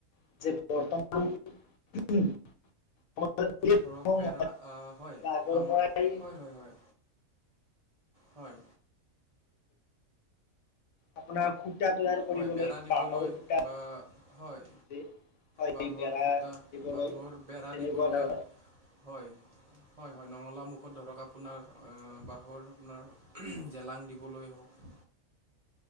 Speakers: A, on the left (about 80°); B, on the right (about 40°).
A: <unintelligible> <unintelligible>
B: ধৰক বেৰা আহ, হয় আমাৰ হয়, হয়, হয়। হয়।
A: আপোনাৰ সূতা তৈয়াৰ কৰিবলৈ
B: হয় বেৰা দিবলৈ
A: বাঁহৰ সূতা।
B: বা হয়,
A: যি হয়
B: বাঁহৰ
A: বেৰা
B: খূটা
A: দিবলৈ
B: বাঁহৰ বেৰা
A: তেনেকুৱা
B: দিবলৈ।
A: ধৰণৰ
B: হয়, হয়, হয়, নঙলা মুখত ধৰক- আপোনাৰ বাঁহৰ আপোনাৰ জেলাং দিবলৈ হওক।